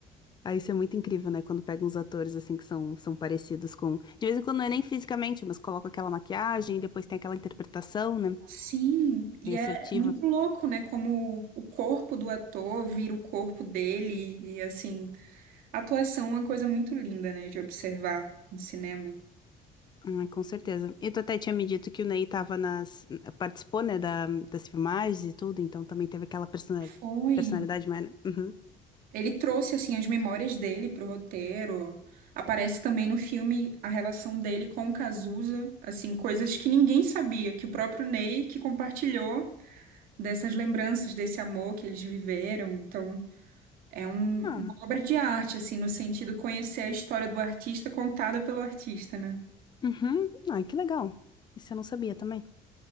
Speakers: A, on the left; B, on the right.
A: Ah, isso é muito incrível, né? Quando pega uns atores assim que são, são parecidos com. De vez em quando não é nem fisicamente, mas coloca aquela maquiagem e depois tem aquela interpretação, né?
B: Sim,
A: Bem
B: e é
A: assertiva.
B: muito louco, né? Como o corpo do ator vira o corpo dele, e assim, a atuação é uma coisa muito linda, né, de observar no cinema.
A: Hum, com certeza. E tu até tinha me dito que o Ney tava nas. participou, né, da, das filmagens e tudo, então também teve aquela persona-
B: Foi.
A: personalidade mais. né? Uhum.
B: Ele trouxe assim as memórias dele pro roteiro. Aparece também no filme a relação dele com o Cazuza, assim, coisas que ninguém sabia, que o próprio Ney que compartilhou dessas lembranças desse amor que eles viveram. Então, é um-
A: Ah,
B: uma obra de arte, assim, no sentido conhecer a história do artista contada pelo artista, né?
A: uhum. Ah, que legal. Isso eu não sabia também.